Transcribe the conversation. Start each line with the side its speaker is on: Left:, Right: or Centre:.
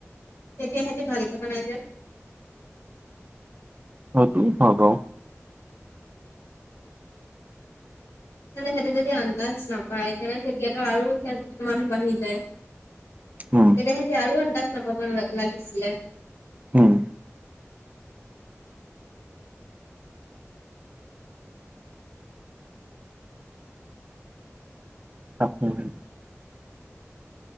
Left: তেতিয়া সিহঁতে ভালকে বনাই যে?
Right: <unintelligible>
Left: তেন্তে সিহঁতে যদি আন্দাজ নাপায় তেনে তেতিয়াতো আৰু মানুহ বাঢ়ি যায়। তেতিয়া
Right: উম
Left: সিহঁতে আৰু আন্দাজ নাপাব লাগিছিলে?
Right: হম, <unintelligible>